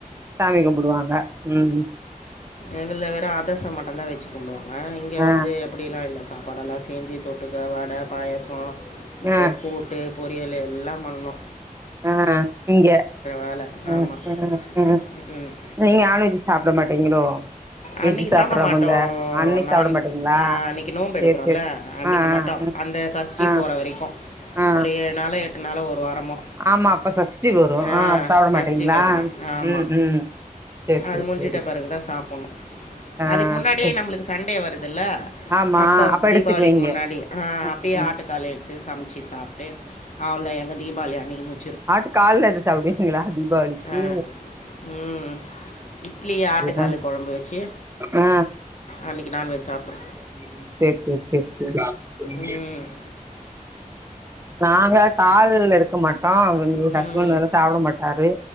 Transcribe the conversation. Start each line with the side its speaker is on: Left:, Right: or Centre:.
Right: சாமி கும்புடுவாங்க ம் ம்
Left: எங்கள்துல வெறு அதர்ச மட்டு தா வெச்சு கும்புடுவாங்க இங்கே
Right: ஆ
Left: வந்து அப்டிலா இல்ல சாப்பாடெல்லா செஞ்சு தொட்டுக்க வட பாயசொ
Right: ஆ
Left: கொ கூட்டு பொரியலு எல்லா பண்ணோ
Right: ஆ இங்க
Left: வேலை.
Right: அ
Left: ஆமா.
Right: அ அ
Left: ம், ம்.
Right: நீங்க நான்விச் சாப் லோ மாட்டீங்களோ வெஜ்
Left: அன்னக்கி
Right: சாப்ட்றவங்க
Left: சாப்ட மாட்டோ
Right: அன்னைக்கு
Left: நா
Right: சாப்ட மாட்டீங்களா
Left: அ அன்னக்கி நோம்பு
Right: சேரி
Left: எடுக்குறோல
Right: சேரி சே
Left: அன்னக்கி
Right: ஆ ஆ
Left: மட்டு
Right: ம்
Left: அந்த சஷ்டி
Right: ஆ
Left: போற வரைக்கூ
Right: ஆ
Left: ஒரு ஏழு நாளோ எட்டு நாளோ ஒரு வாரமோ
Right: ஆமா அப்ப சஷ்டி வரு
Left: ஆஹ்,
Right: ஆ அப்ப சாப்ட
Left: சஷ்டி
Right: மாட்டீங்ளா
Left: விரதம் ஆமாம்
Right: ம் ம் சேரி சேரி
Left: அது மூஞ்சிட்ட
Right: சேரி
Left: பெறகு தா சாப் புனு
Right: ஆ
Left: அதுக் முன்னாடியே
Right: சேரி
Left: நம்மளுக்கு சண்டே வருதுல
Right: ஆமா
Left: அப்ப தீபாவளிக்கி
Right: எடுத்துக்குவீங்க
Left: முன்னா அப்டி ஆ அப்பயே
Right: ம்
Left: ஆட்டுக்கால் எடுத்து சமச்சு சாப்ட்டு அவள்தா எங்க தீபாளி அன்னிக்கி மு
Right: ஆட்டு கால்ல எடுத்து சாப்டுவீங்களா தீபாவளிக்கி
Left: ஆ ம் இட்லி ஆட்டுக்காலு
Right: ஆ
Left: கொழம் கொழம்பு வெச்சு
Right: ஆ
Left: அன்னைக்கி நான்வெஜ் சாப்டோ
Right: செரி செரி செரி செரி
Left: ம்
Right: நாங்க கால்லா எடுக்க மாட் ஆ அவங்க
Left: ம்
Right: ஹஸ்பண்ட் நல்லா சாப்பிட மாட்டாரு